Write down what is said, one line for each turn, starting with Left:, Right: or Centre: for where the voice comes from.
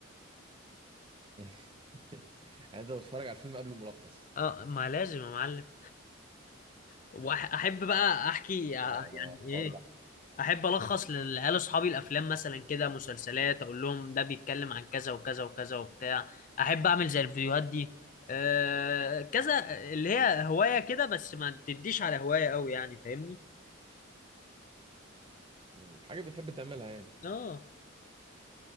Right: <laughs> يعني انت بتتفرج على الفيلم قبل الملخص
Left: اه ما لازم يا معلم واحب بقى احكي ع-
Right: لا
Left: يعني
Right: انا
Left: ايه
Right: الحوار ده
Left: احب الخص للعيال اصحابي الافلام مثلا كده مسلسلات اقول لهم ده بيتكلم عن كذا وكذا وكذا وبتاع احب اعمل زي الفيديوهات دي آه كذا اللي هي هواية كده بس ما تديش على هواية قوي يعني فاهمني
Right: مم، حاجه بتحب تعملها يعني
Left: اه